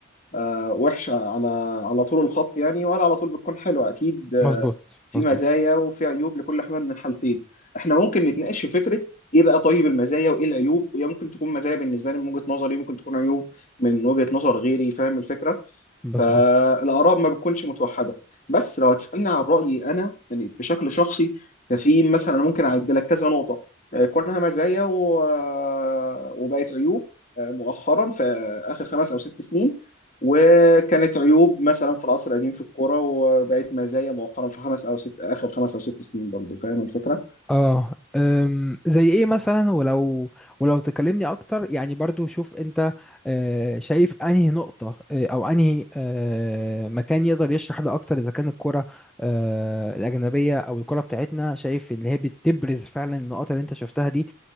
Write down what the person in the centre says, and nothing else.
مظبوط
مظبوط
بس
اه أم، زي ايه مثلا ولو ولو تكلمني اكتر يعني برضو شوف انت آه، شايف انهي نقطة آه، او انهي آه، مكان يقدر يشرح ده اكتر اذا كان الكرة آه، الاجنبية او الكرة بتاعتنا شايف ان هي بتبرز فعلا النقط اللي انت شفتها دي